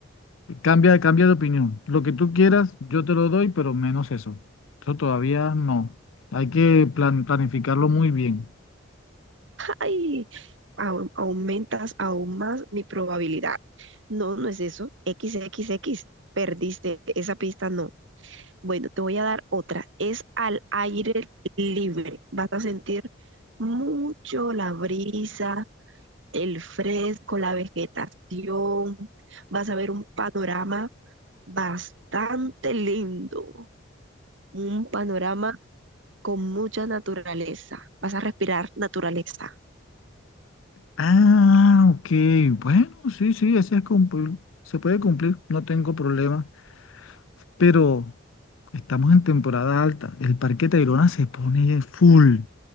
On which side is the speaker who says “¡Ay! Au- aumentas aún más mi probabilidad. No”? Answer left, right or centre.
Right